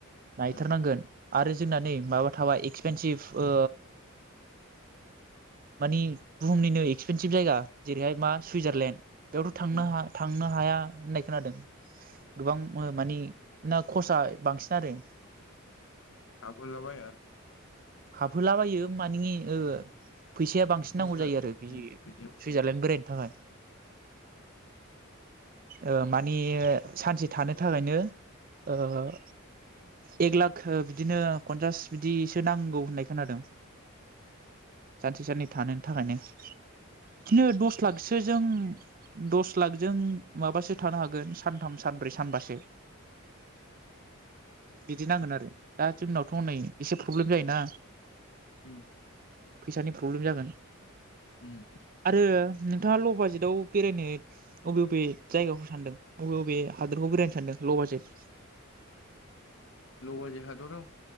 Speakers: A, on the right; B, on the left.
A: नायथारनांगोन
B: उम
A: आरो जोंना नै माबा थाबाय एक्सपेनसिभ ओ मानि बुहुमनिनो एक्सपेनसिभ जायगा जेरैहाय मा सुइजारलेण्ड बेयावथ' थांनो
B: उम
A: हा थांनो हाया होननाय खोनादों गोबां मानि ना खरसाया बांसिन आरो
B: थाबोला बाया
A: हाबहोलाबायो मानि ओ फैसाया बांसिन
B: बुरजा
A: नांगौ जायो आरो बि
B: उम फैसायाबो
A: सुइजारलेण्ड
B: उम
A: बेरायनो थाखाय ओ माने सानसे थानो थाखायनो ओ एक लाग बिदिनो फन्सास बिदिसो नांगौ होननाय खोनादों सानसे साननै थानो थाखायनो बिदिनो दस लाखसो जों दस लाखजों माबासो थानो हागोन सानथाम सानब्रैसो सानबासो बिदि नांगोन आरो दा जोंनावथ' हनै एसे प्रब्लेम जायोना
B: उम
A: फैसानि प्रब्लेम जागोन
B: उम
A: आरो नोंथाङा ल बाजेटआव बेरायनो बबे बबे जायगाखौ सानदों अबे बबे हादोरखौ बेरायनो सानदों ल' बाजेत
B: ल बाजेत हादराव